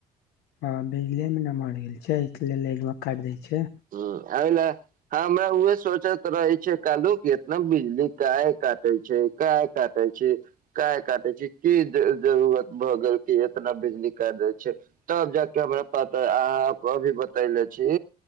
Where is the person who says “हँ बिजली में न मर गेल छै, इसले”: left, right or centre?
Left